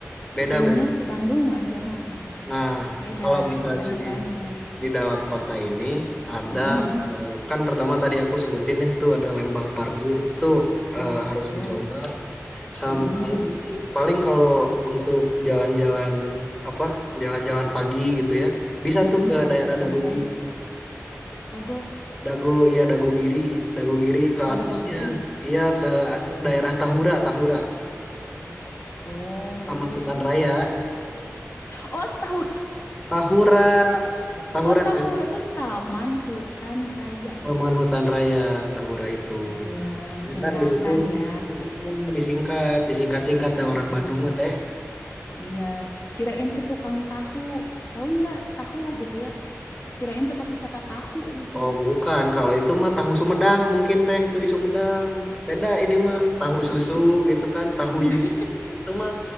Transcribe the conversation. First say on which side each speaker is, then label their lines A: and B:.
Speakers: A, on the left; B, on the left.
A: Beda
B: Taunya
A: beda. Teh.
B: Bandung aja. heeh.
A: Nah,
B: Beda,
A: kalau misalnya
B: makanya
A: di
B: tanya.
A: di dalam kota ini ada
B: Mm-mm, mm-mm,
A: eh, kan pertama tadi aku sebutin ya tuh ada Lembang Parkir itu
B: Memang
A: eh,
B: Pakzo.
A: harus dicoba Sama
B: Mm-mm,
A: ini sih paling kalau untuk jalan-jalan apa jalan-jalan pagi gitu ya bisa
B: mm-mm,
A: tuh ke
B: Jalan-jalan
A: daerah
B: santai.
A: Dago Giri
B: Dago,
A: Dago ya Dago Giri Dago Giri ke
B: oh
A: atasnya
B: Dago Giri.
A: iya ke daerah Tahura Tahura
B: Oh, nggak
A: Taman
B: tahu
A: Hutan
B: sih.
A: Raya
B: Oh tahu,
A: Tahura Tahura
B: oh tahu
A: teh
B: Ratu Taman Hutan Raya gitu.
A: Taman Hutan Raya Tahura itu
B: Oh
A: nah
B: ya
A: biasanya
B: singkatan
A: kan di situ
B: ya.
A: mm, disingkat disingkat-singkat ada
B: Oh
A: orang Bandung mah teh
B: iya, kirain tuh tukang tahu. Tahu nggak tahu gitu ya? Kirain tempat wisata tahu gitu.
A: Oh, bukan. Kalau itu mah tahu Sumedang mungkin teh itu di Sumedang. Beda ini mah tahu susu gitu kan, tahu
B: <laughs>
A: Yudi itu mah